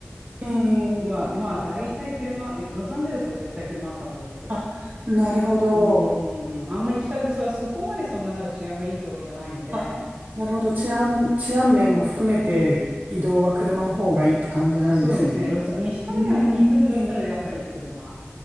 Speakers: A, on the right (about 45°); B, on the right (about 25°).
A: ええ
B: は、まあ、大体車、えロサンゼルスは絶対車あった方がいいです。
A: あ、なるほど。
B: うんうんうん。あんまり地下鉄はそこまでそんなまだ治安がいいってわけじゃないので、
A: あ、なるほど。治安、治安面も含めて移動は車の方がいいって感じなんですね。
B: そうですね、ロサ、西海岸に行くんだったら、
A: うん、え
B: やっぱり車。